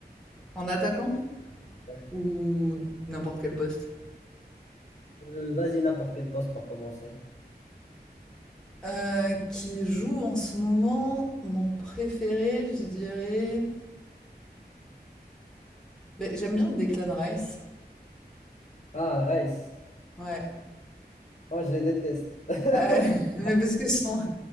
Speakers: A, in the centre; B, on the left (about 45°).
A: En attaquant?
B: Ouais.
A: Ou n'importe quel poste?
B: Euh, vas-y, n'importe quel poste pour commencer.
A: Euh, qui joue en ce moment mon préféré, je dirais. Ben, j'aime bien Declan Rice.
B: Ah, Rice.
A: Ouais.
B: Oh, je les déteste.
A: Euh, <laughs> mais
B: <laughs>
A: parce que son,